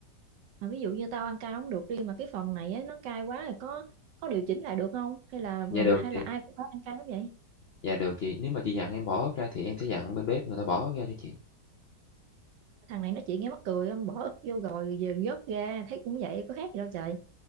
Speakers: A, on the right (about 90°); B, on the left (about 70°).
A: mà ví dụ như tao ăn cay không được đi mà cái phần này á, nó cay quá rồi có có điều chỉnh lại được không? Hay là
B: Dạ, được
A: hay
B: chị,
A: là ai cũng phải ăn cay lắm vậy?
B: dạ, được chị, nếu mà chị dặn em bỏ ớt ra thì em sẽ dặn bên bếp người ta bỏ ớt ra cho chị.
A: Thằng này nó chỉ nghe mắc cười không bỏ ức vô rồi giờ vớt ra thấy cũng vậy có khác gì đâu trời.